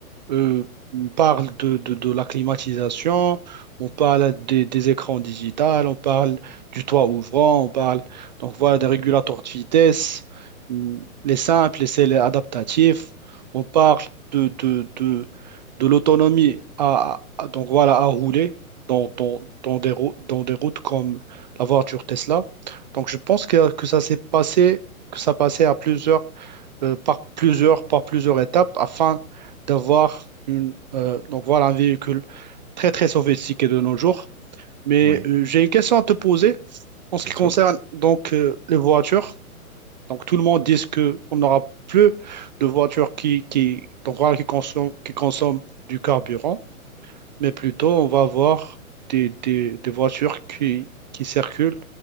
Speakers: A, on the right (about 30°); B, on the right (about 50°).
A: euh, on parle de, de- de la climatisation, on parle des, des écrans digitales, on parle du toit ouvrant, on parle donc voilà des régulateurs de vitesse, hum, les simples, les celles adaptatifs. On parle de, de, de, de l'autonomie à, à- donc voilà à rouler dans, dans, dans des rou- dans des routes comme la voiture Tesla. Donc, je pense que, que ça s'est passé, que ça passait à plusieurs euh, par plusieurs, par plusieurs étapes afin d'avoir une, euh, donc voilà, un véhicule très, très sophistiqué de nos jours. Mais
B: Oui,
A: euh, j'ai une question à te poser en ce
B: bien
A: qui concerne
B: sûr.
A: donc euh, les voitures. Donc tout le monde dit que on n'aura plus de voitures qui, qui, donc, voilà, qui consomment, qui consomment du carburant mais plutôt on va avoir des, des- des voitures qui, qui circulent